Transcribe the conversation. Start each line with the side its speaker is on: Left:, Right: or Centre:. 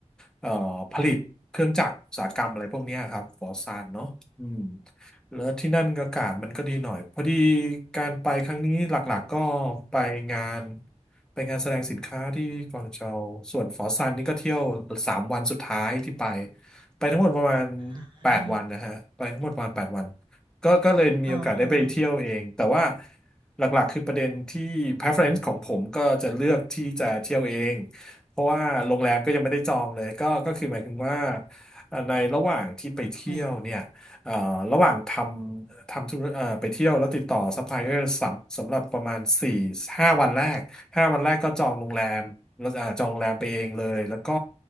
Centre: เอ่อผลิตเครื่องจักรอุตสาหกรรมอะไรพวกเนี้ยครับฟอร์ซานเนาะ อืมแล้วที่นั่นอากาศมันก็ดีหน่อยพอดีการไปครั้งนี้หลักๆก็ไปงานไปงานแสดงสินค้าที่กวางโจวส่วนฝอซานนี่ก็เที่ยวสามวันสุดท้ายที่ไปไปทั้งหมดประมาณ
Right: อ่าอ่า
Centre: แปดวันนะฮะไปทั้งหมดประมาณแปดวันก็ก็เลยมีโอกาสได้ไปเที่ยวเองแต่ว่า
Right: อ่าอ่า
Centre: หลักๆคือประเด็นที่ preference ของผมก็จะเลือกที่จะเที่ยวเองเพราะว่าโรงแรมก็ยังไม่ได้จองเลยก็ก็คือหมายถึงว่าในระหว่างที่ไปเที่ยวเนี่ย
Right: อืม
Centre: เอ่อระหว่างทำทำธุรเอ่อไปเที่ยวแล้วติดต่อซัพพลายเออร์สำสำหรับประมาณสี่ห้าวันแรกห้าวันแรกก็จองโรงแรมแล้วอ่าจองโรงแรมไปเองเลยแล้วก็